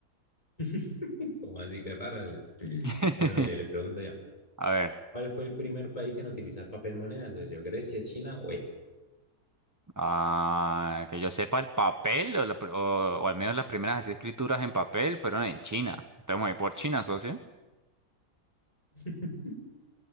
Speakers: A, on the left (about 20°); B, on the right (about 15°).
A: <laughs> ¿Cómo así que rara? güey.
B: <laughs>
A: Bueno, mire, le pregunto yo.
B: A ver,
A: ¿Cuál fue el primer país en utilizar papel moneda, socio? ¿Grecia, China o Egipto?
B: ah, que yo sepa, el papel, o, la pr- o- o al menos las primeras así escrituras en papel fueron en China. Entonces me voy por China, socio.
A: <laughs>